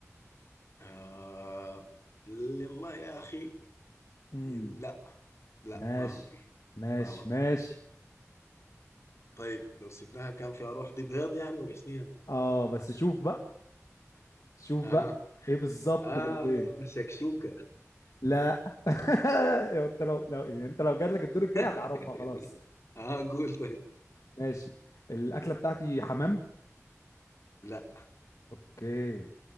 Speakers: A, on the left (about 60°); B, on the left (about 85°).
A: آه... والله يا أخي
B: امم
A: لا لا
B: ماشي
A: ما مقلي
B: ماشي
A: ما مقلي
B: ماشي
A: طيب لو سبناها كان فيها روح دي بيض يعني ولا شنو
B: اه بس شوف بقى شوف
A: آه
B: بقى ايه بالظبط
A: آه
B: بالبيض
A: شكشوكة
B: لا <laughs> يا انت لو لو يعني انت لو جات لك الدور الجاي
A: <laughs>
B: هتعرفها خلاص
A: آه قول طيب
B: ماشي الاكله بتاعتي حمام
A: لا
B: اوكي